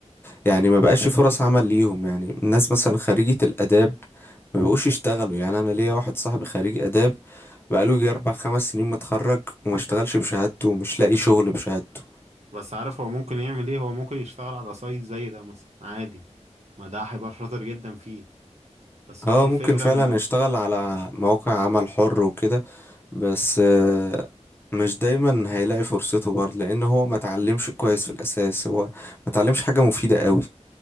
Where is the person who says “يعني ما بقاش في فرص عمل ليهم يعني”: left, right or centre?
Left